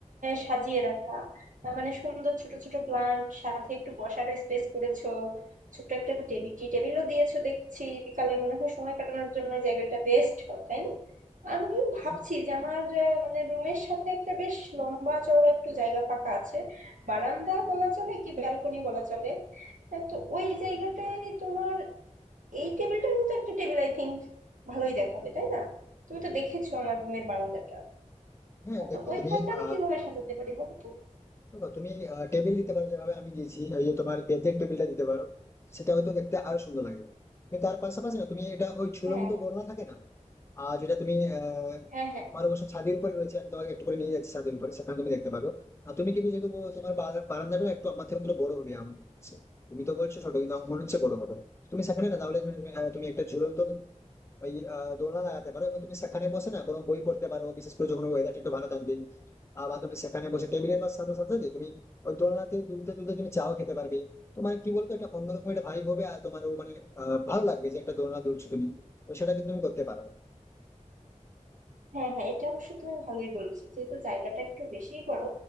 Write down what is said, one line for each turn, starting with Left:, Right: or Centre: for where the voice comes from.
Right: সাজিয়ে রাখা আহ, মানে সুন্দর ছোট ছোট প্লান্ট সাথে একটু বসার স্পেস করেছো ছোট্ট একটা টেবিল টি টেবিলও দিয়েছো দেখছি বিকালে মনে হয় সময় কাটানোর জন্য এই জায়গাটা বেস্ট হয় তাই না আমি ভাবছি
Left: হ্যাঁ
Right: যে আমার আহ, মানে রুমের সাথে একটা বেশ লম্বা চওড়া একটু জায়গা ফাঁকা আছে বারান্দা বলা চলে কি ব্যালকনি বলা চলে আহ, তো ওই জায়গাটায় তোমার এই টেবিলটার মতো একটা টেবিল আই থিংক ভালোই দেখাবে তাই না তুমি তো দেখেছো আমার রুমের বারান্দাটা
Left: হ্যাঁ, দেখো
Right: তো ওইখানটা
Left: তুমি
Right: আমি
Left: আহ
Right: কিভাবে সাজাতে পারি বলো তো
Left: দেখো তুমি টেবিল দিতে পারো যেভাবে আমি দিয়েছি ওই যে তোমার বেতের টেবিলটা দিতে পারো সেটা হয়তো দেখতে আরো সুন্দর লাগে কিন্তু তার পাশাপাশি না তুমি এটা ওই ঝুলন্ত
Right: হ্যাঁ
Left: দোলনা থাকে না আর যেটা তুমি আহ
Right: হ্যাঁ হ্যাঁ
Left: তোমার অবশ্য ছাদের উপরে রয়েছে আমি তোমাকে একটু করে নিয়ে যাচ্ছি ছাদের উপরে সেখানে তুমি দেখতে পাবে আর তুমি কিন্তু যেহেতু বলো তোমার বা- বারান্দাটা একটু আমার থেকে অন্তত বড় হবে আমার মনে হচ্ছে। তুমি তো বলছো ছোট কিন্তু আমার মনে হচ্ছে বড় হবে তুমি সেখানে না তাহলে তুমি আহ, তুমি একটা ঝুলন্ত ওই আহ, দোলনা লাগাতে পারো এবং তুমি সেখানে বসে না কোনো বই পড়তে পারো বিশেষ করে যখন ওয়েদারটা একটু ভালো থাকবে আহ, বা তুমি সেখানে বসে টেবিলের বা সাথে সাথে তুমি ওই দোলনাতে দুলতে দুলতে তুমি চাও খেতে পারবে তো মানে কি বলতো একটা অন্যরকম একটা ভাইব হবে আর তোমারও মানে আহ, ভালো লাগবে যে একটা দোলনা দুলছো তুমি তো সেটা কিন্তু তুমি করতে পারো
Right: হ্যাঁ হ্যাঁ এটা অবশ্য তুমি ভালোই বলেছো যেহেতু জায়গাটা একটু বেশিই বড়